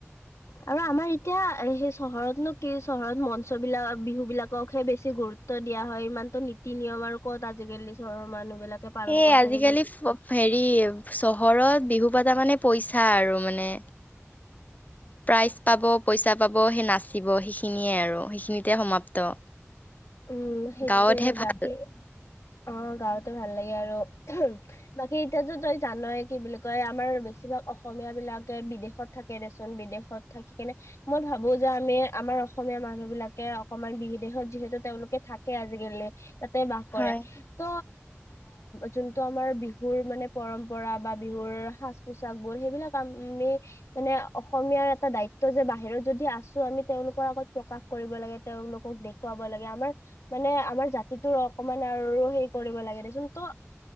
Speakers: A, on the left; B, on the left.
A: আৰু আমাৰ এতিয়া সেই চহৰতনো কি চহৰত মঞ্চ বিলাক বিহু বিলাককহে বেছি গুৰুত্ব গুৰুত্ব দিয়া হয় ইমানতো নীতি নিয়ম আৰু ক'ত আজিকালি চহৰৰ মানুহ বিলাকে পালন
B: সেই
A: কৰি
B: আজিকালি
A: থাকে
B: হেৰি চহৰত বিহু পাতা মানে। পইচা আৰু মানে
A: <inaudible>
B: প্ৰাইজ পাব পইচা পাব সেই নাচিব সেইখিনিয়ে আৰু সেইখিনিতে সমাপ্ত
A: উম সেইটোয়ে
B: গাঁৱতহে
A: বাকী
B: ভাল
A: অ গাঁৱত ভাল লাগে আৰু বাকী এতিয়াতো তই জানয় কি বুলি কয় আমাৰ বেছিভাগ অসমীয়া বুলি বিলাকে বিদেশত থাকে দেচোন বিদেশত থাকি কেনে মই ভাবো যে আমি আমাৰ অসমীয়া মানুহ বিলাক অকমান বিদেশত যিহেতু তেওঁলোকে থাকে আজিকালি তাতে বাস কৰে
B: হয়
A: ত যোনটো আমাৰ বিহুৰ মানে পৰম্পৰা বা বিহুৰ সাজ পোচাক বোৰ সেইবিলাক আমি মানে অসমীয়াৰ এটা দায়িত্ব যে বাহিৰত যদি আছো আমি তেওঁলোকৰ আগত প্ৰকাশ কৰ কৰিব লাগে তেওঁলোকক দেখুৱাব লাগে আমাৰ মানে আমাৰ জাতিটো অকমান আৰু হে কৰিব লাগে দেচোন ত